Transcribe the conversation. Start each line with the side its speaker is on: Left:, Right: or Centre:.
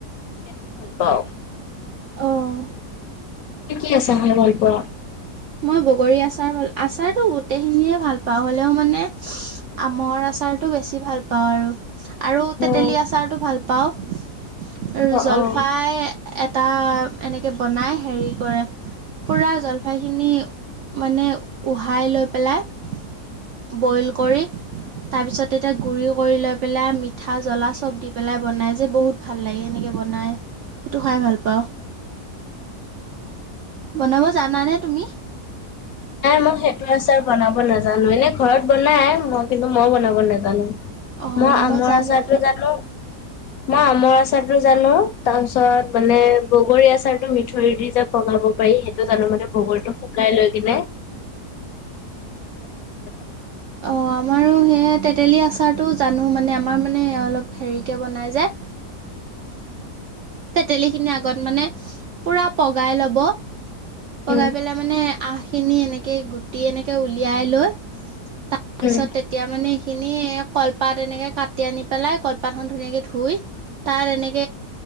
Left: সেইটো ভাল পাও।
Right: অ'।
Left: তুমি কি আছাৰ খাই ভাল পোৱা?
Right: মই বগৰী আচাৰ ভাল আচাৰতটো গোটেইখিনিয়ে ভাল পাওঁ হ'লেও মানে আমৰ আচাৰটো বেছি ভাল পাওঁ আৰু। আৰু তেতেলী
Left: অ',
Right: আচাৰটো ভাল পাওঁ, আৰু
Left: অ',
Right: জলফাই
Left: অ'।
Right: এটা এনেকৈ বনাই হেৰি কৰে, পুৰা জলফাইখিনি মানে উহাই লৈ পেলাই বইল কৰি
Left: উ
Right: তাৰপিছত এতিয়া গুড়ি কৰি লৈ পেলাই মিঠা জ্বলা চব দি পেলাই বনাই যে বহুত ভাল লাগে এনেকৈ বনায় নাই টো খাই ভাল পাও বনাব জানানে তুমি
Left: নাই মই সেইটো আছাৰ বনাব নাজানো এনে ঘৰত বনাই মই কিন্তু মইও বনাব নাজানো
Right: অঁ
Left: মই আমৰ
Right: জানো
Left: আচাৰটো জানো মই আমৰ আচাৰতটো জানো তাৰপিছত মানে বগৰী আচাৰতটো মিঠ থৰি দি যে বঙাব পাৰি সেইটো তাৰ মানে বগলটো শুকাই লৈ <unintelligible>
Right: অ' আমাৰো সেয়া তেতেলী আচাৰটো জানো মানে আমাৰ মানে অলপ হেৰিকে বনাই যে।
Left: <inaudible>
Right: তেতেলী খিনি আগত মানে পুৰা পগাই ল'ব। পগাই
Left: উম,
Right: পেলাই মানে আহখিনি এনেকে গুটি এনেকে উলিয়াই লৈ তাৰপিছত
Left: উম,
Right: তেতিয়া মানে খিনি কলপাত এনেকে কাটি আনি পেলাই কলপাত খন ধুনীয়াকে ধুই, তাত তেনেক